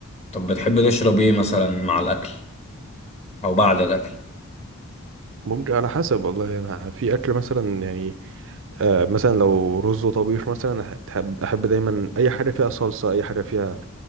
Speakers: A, on the left (about 30°); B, on the right (about 60°).
A: طب بتحب تشرب ايه مثلا مع الأكل أو بعد الأكل
B: ممكن على حسب والله أنا في أكل مثلا يعني آه، مثلا لو رز وطبيخ مثلا أحب أحب دايما أي حاجة فيها صلصة أي حاجة فيها